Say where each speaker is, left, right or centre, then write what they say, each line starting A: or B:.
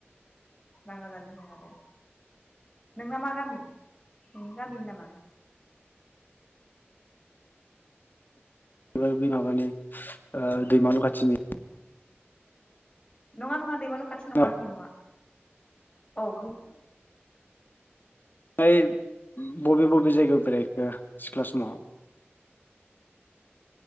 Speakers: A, on the left; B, on the left.
A: राङा जान होनो आरो नोंना मा गामि नोंनि गामिनि नामा?
B: बे बै माबानि ओ दैमालु खाथिनि
A: नङा नङा दैमालु खाथि नङा
B: खोनादों
A: आंनि न' आं औ बुं
B: हाय बबे बबे जायगायाव बेरायखो सिख्ला समाव